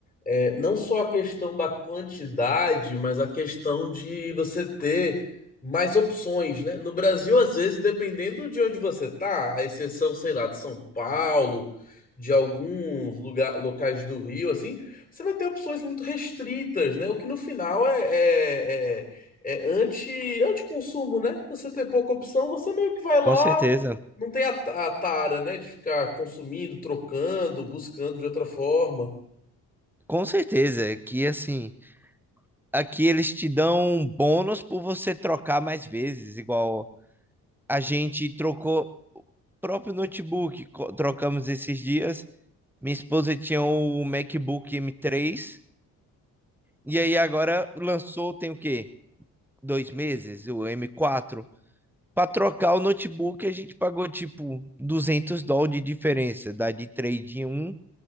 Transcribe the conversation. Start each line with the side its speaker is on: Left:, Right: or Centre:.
Left: é, não só a questão da quantidade, mas a questão de você ter mais opções, né? No Brasil, às vezes, dependendo de onde você tá, a exceção, sei lá, de São Paulo, de alguns lugar, locais do Rio, assim, você vai ter opções muito restritas, né? O que no final é, é, é, é anti, anti-consumo, né? Você ter pouca opção, você meio que vai lá.
Centre: Com certeza.
Left: Não tem a, a tara, né, de ficar consumindo, trocando, buscando de outra forma.
Centre: Com certeza, que assim, aqui eles te dão um bônus por você trocar mais vezes, igual a gente trocou o próprio notebook, co- trocamos esses dias. Minha esposa tinha o MacBook m três e aí agora lançou, tem o quê? Dois meses, o m quatro Para trocar o notebook, a gente pagou tipo 200 dólares de diferença, dá de trade em um,